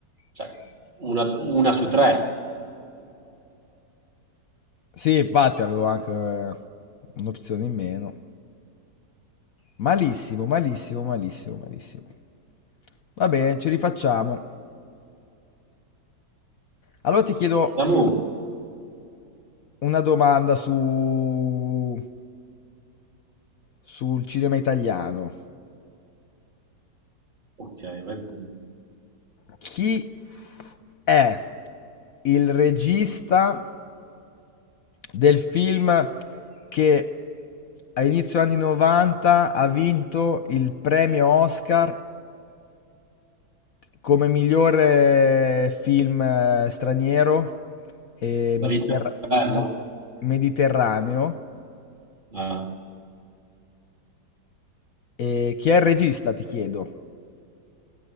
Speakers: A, on the right; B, on the left.
A: cioè, una, una su tre.
B: Sì, infatti avevo anche eh, un'opzione in meno. Malissimo, malissimo, malissimo, malissimo. Va bene, ci rifacciamo. Allora ti chiedo
A: Siamo
B: una domanda su... sul cinema italiano.
A: Ok, vai pure.
B: Chi è il regista del film che a inizio anni 90 ha vinto il premio Oscar come migliore film eh, straniero e
A: La
B: mediterra-
A: vita è bella?
B: me- mediterraneo?
A: Ah.
B: E chi è il regista, ti chiedo?